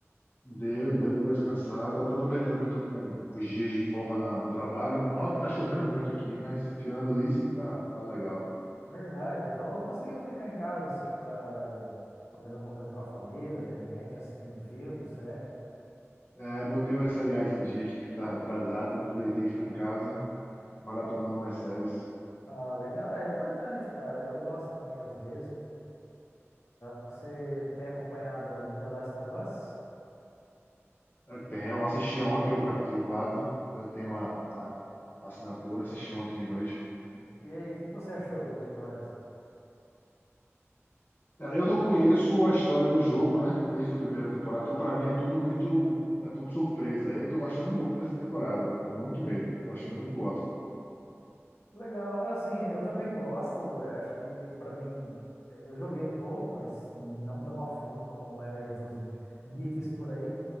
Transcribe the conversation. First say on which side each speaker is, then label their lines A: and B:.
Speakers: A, on the left; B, on the left.
A: Deu, deu, deu pra descansar. Tô até aproveitando que eu tô com uns dias de folga na- no trabalho. Mal que tá chovendo muito aqui, mas tirando isso, tá, tá legal.
B: Verdade. Então, conseguiu ficar em casa assim para fazendo alguma coisa com a família, de repente assistindo um filme, série.
A: É, botei os seriados em dia aqui que tá atrasado. Aproveitei que fui em casa, maratonando umas séries.
B: Ah, legal. É importante, cara. Eu gosto também às vezes. Você tem acompanhado The Last of Us?
A: Eu tenho, eu assisti ontem o capítulo 4. Eu tenho a, a assinatura, assisti ontem de noite.
B: E aí, o que que você achou do episódio? assim?
A: Cara, Eu não conheço a história do jogo, né? Desde a primeira temporada, então pra mim é tudo muito, é tudo surpresa. Eu tô gostando muito dessa temporada, muito mesmo. Tô achando muito boa.
B: Legal. Assim, eu também gosto. eh, Acho que pra mim eh, eu joguei um pouco, mas não tão a fundo como a maioria dos geeks por aí.